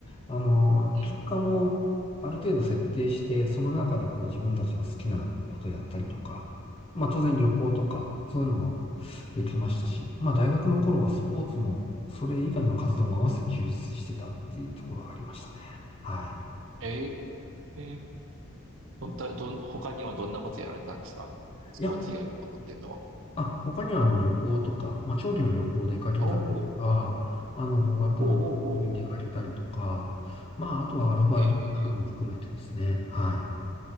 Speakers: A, on the left; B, on the right.
A: あの、
B: ー、
A: 休暇もある程度設定して、
B: うんうん。
A: その中でこう自分たちの好きなことやったりとか、まあ当然旅行とか、そういうのもできましたし、まあ大学の頃はスポーツも、それ以外の活動も合わせて充実してたっていうところがありましたね。はい。
B: ええー、どんとどん、他にはどんなことやられたんですかスポーツ以外のことっていうのは。
A: いや、あ、他にはあの旅行とか、まあ、長期の旅行出かけたりとか、
B: おー
A: あの語学の旅行に出かけたりとか、
B: おーおーおーお
A: まあ、あとはアルバイトなども含めてですね。
B: ーえ
A: はい。